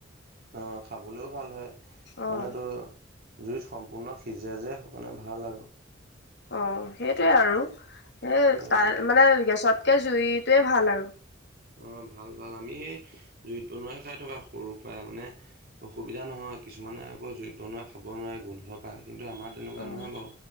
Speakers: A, on the right; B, on the left.
A: অহ, খাবলৈও ভাল হয়,
B: অ'
A: মানে তো জুইত সম্পূৰ্ণ সিজে যে সো কাৰনে ভাল আৰু।
B: অ সেইটোৱে আৰু এ
A: উম
B: তাত মানে গেছতকে জুইত টোয়ে ভাল আৰু।
A: অহ ভাল ভাল আমি জুইত বনোৱাই খাই থকা সৰুৰ পৰাই মানে অসুবিধা নহয়। কিছুমানে আকৌ জুইত বনোৱা খাব নোৱাৰে গোন্ধ পায়। কিন্তু আমাৰ তেনেকুৱা
B: অ'
A: নহয় বাৰু।